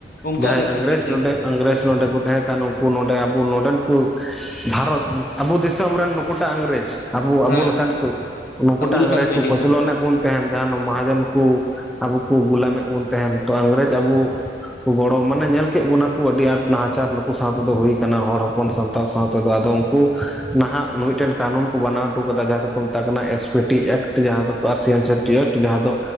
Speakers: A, on the left; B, in the centre.
A: ᱩᱱᱠᱩᱣᱟᱜ
B: ᱡᱟᱦᱟᱸᱭ
A: ᱫᱤᱱ ᱠᱟᱱ
B: ᱤᱝᱨᱮᱡᱽ
A: ᱜᱮᱭᱟ ᱴᱷᱤᱠ
B: ᱱᱚᱰᱮ ᱤᱝᱨᱮᱡᱽ ᱱᱚᱰᱮ ᱠᱚ ᱛᱟᱦᱮᱸᱠᱟᱱ ᱩᱱᱠᱩ ᱱᱚᱰᱮ ᱟᱵᱚ ᱱᱚᱰᱮᱱ ᱠᱚ ᱵᱷᱟᱨᱚᱛ ᱟᱵᱚ ᱫᱤᱥᱚᱢ ᱨᱮᱱ ᱱᱩᱠᱩᱴᱟᱜ ᱤᱝᱨᱮᱡᱽ ᱟᱵᱚ ᱟᱵᱚ
A: ᱦᱮᱸ
B: ᱞᱮᱠᱟᱱ ᱠᱚ ᱱᱩᱠᱩᱴᱟᱜ
A: ᱟᱵᱚ ᱞᱮᱠᱟᱱ
B: ᱤᱝᱨᱮᱡᱽ ᱠᱚ
A: ᱜᱮ
B: ᱠᱚᱪᱞᱚᱱ
A: ᱦᱮᱸ
B: ᱮᱫ ᱵᱚᱱ ᱛᱟᱦᱮᱸᱱ᱾ ᱡᱟᱦᱟᱸ ᱫᱚ ᱢᱟᱦᱟᱡᱚᱱ ᱠᱚ ᱟᱵᱚ ᱠᱚ ᱜᱩᱞᱟᱢ ᱮᱫ ᱵᱚᱱ ᱛᱟᱦᱮᱱ ᱛᱚ ᱤᱝᱨᱮᱡᱽ ᱟᱵᱚ ᱜᱚᱲᱚ ᱢᱟᱱᱮ ᱧᱮᱞ ᱠᱮᱫ ᱵᱚᱱᱟ ᱠᱚ ᱟᱹᱰᱤ ᱟᱸᱴ ᱱᱟᱦᱟᱪᱟᱨ ᱱᱩᱠᱩ ᱥᱟᱶᱛᱮ ᱫᱚ ᱦᱩᱭ ᱠᱟᱱᱟ᱾ ᱦᱚᱲ ᱦᱚᱯᱚᱱ ᱥᱟᱱᱛᱟᱲ ᱥᱟᱶ <inaudible> ᱟᱫᱚ ᱩᱱᱠᱩ ᱱᱟᱦᱟᱜ ᱱᱩᱭᱴᱷᱮᱱ ᱠᱟᱹᱱᱩᱱ ᱠᱚ ᱵᱟᱱᱟᱣ ᱦᱚᱴᱚ ᱠᱟᱫᱟ ᱡᱟᱦᱟᱸ ᱫᱚᱠᱚ ᱢᱮᱛᱟᱜ ᱠᱟᱱᱟ ᱮᱥ ᱮᱠᱴᱤ ᱮᱠᱴᱤ ᱡᱟᱦᱟᱸ ᱫᱚ <unintelligible> ᱡᱟᱦᱟᱸ ᱫᱚ